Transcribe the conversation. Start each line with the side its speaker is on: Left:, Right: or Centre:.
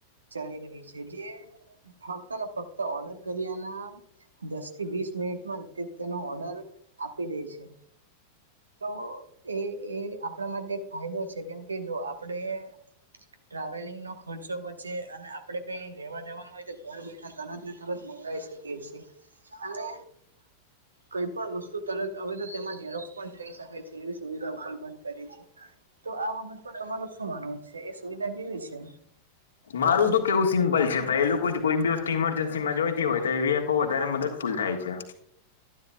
Right: ચાલી રહી છે જે ફક્ત ને ફક્ત ઓર્ડર કર્યાના દસ થી વીસ મિનિટમાં તેનો ઓર્ડર આપી દે છે. તો એ એ આપણા માટે એક ફાયદો છે કેમ કે જો આપણે ટ્રાવેલિંગ નો ખર્ચો પચે અને આપડે કઈ લેવા જવાનું હોય તો ઘર બેઠા તરત ને તરત મંગાવી શકીએ. અને કઈ પણ વસ્તુ તરત હવે તો તેમાં પણ થઈ શકે છે એની સુવિધા પણ ઓપન કરી છે. તો આ બાબત પર તમારું શું માનવું છે એ સુવિધા કેવી છે?
Left: મારું તો કેવું સિમ્પલ છે ભાઈ એ લોકો કોઈ બી વસ્તુ ઈમરજન્સી માં જોઈતી હોય તો એવી વધારે મદદ ફૂલ થાય છે.